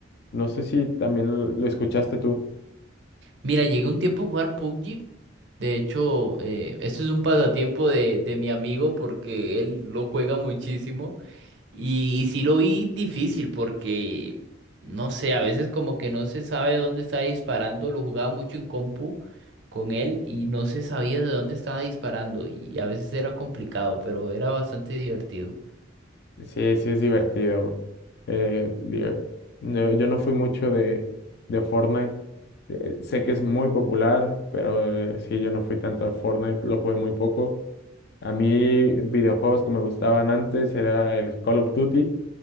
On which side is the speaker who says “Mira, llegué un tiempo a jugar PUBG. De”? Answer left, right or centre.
Right